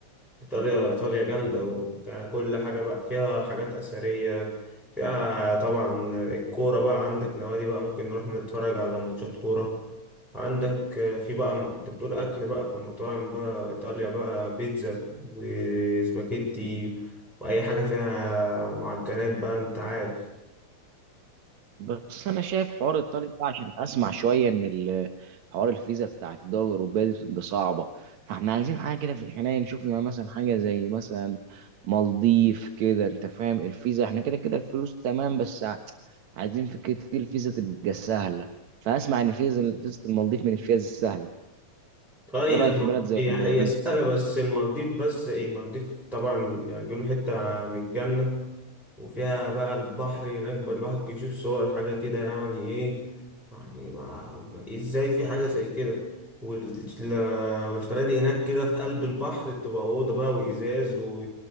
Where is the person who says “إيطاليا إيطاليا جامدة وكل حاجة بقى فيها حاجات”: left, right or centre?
Centre